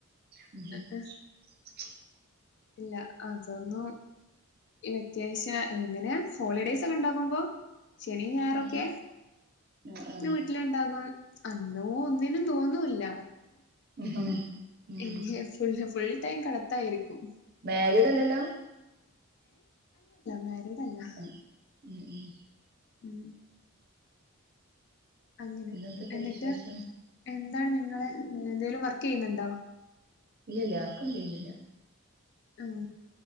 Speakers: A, on the right; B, on the left.
A: <unintelligible>
B: അഹ്, അഹ്. ഇല്ല അതൊന്നും ഈ വെക്കേഷൻ എങ്ങനെയ ഹോളിഡേയ്സ് ഒക്കെ ഉണ്ടാകുമ്പോ ശനിം ഞായറൊക്കെ
A: ഉം ആഹ് ആഹ്
B: ന്ന് വീട്ടില് ഇണ്ടാകും അന്നോ ഒന്നിനും തോന്നൂല്ല.
A: ഉം ഉം
B: ഇന്ന് ഫുൾ ഫുൾ ടൈം കടത്തായിരിക്കും.
A: മേരീടല്ലല്ലോ അല്ലല
B: മാരീടല്ലല്ലോ?
A: ഉം <inaudible>
B: ഉം അങ്ങനെ
A: പിന്നെന്തൊക്കെ
B: എന്നിട്ട്?
A: വിശേഷം
B: എന്താണ് നിങ്ങള് എ എന്തേലും വർക്ക് ചെയ്യുന്നുണ്ടോ?
A: ഇല്ല ഇല്ല വർക്കൊന്നും ചെയ്ന്നില്ല.
B: ഉം.